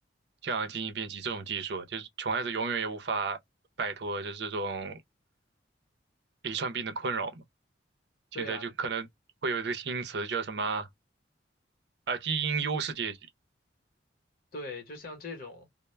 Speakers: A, on the right; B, on the left.
A: 像基因编辑这种技术，就是穷孩子永远也无法摆脱就是这种遗传病的困扰嘛。现在就可能会有一个新词叫什么
B: 对啊，
A: 啊，基因优势阶级。
B: 对，就像这种，